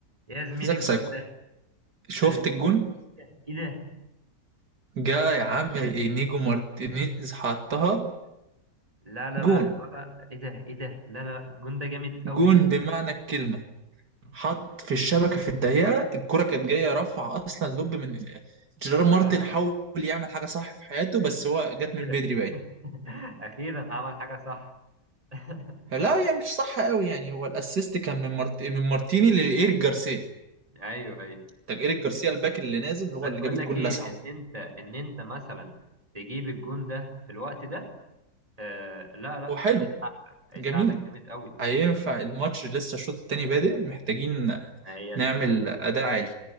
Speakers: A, on the right; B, on the right.
A: يا زميلي
B: زكا
A: الجون
B: سايكو
A: ده
B: شفت
A: قال
B: الجون
A: ايه ده
B: جا يا عم نيجو مارتينيز حطها
A: لا لا لا
B: جون
A: الولا ايه ده ايه ده لا لا لا الجون ده جامد قوي
B: جون بمعنى الكلمة حط في الشبكة في الضيقة الكرة كانت جاية رفع أصلا لوب من جيرار مارتن
A: اه
B: حاول يعمل حاجة صح في حياته بس هو جت
A: اخيرا
B: من بدري باين
A: <laughs> اخيرا عمل حاجه صح <laughs>
B: لا هي مش صح قوي يعني هو الأسيست كان من مارت... من مارتيني لإيريك جارسيا
A: ايوه ايوه
B: ده إيريك جارسيا الباك اللي نازل هو
A: بس
B: اللي
A: بقول
B: جاب الجون
A: لك ايه
B: لسعه
A: ان انت ان انت مثلا تجيب الجون ده في الوقت ده آه لا لا
B: وحلو
A: هيساعدك هيساعدك
B: جميل
A: جامد قوي
B: هينفع الماتش لسه الشوط التاني بادئ محتاجين
A: ما هي الفكره
B: نعمل أداء عالي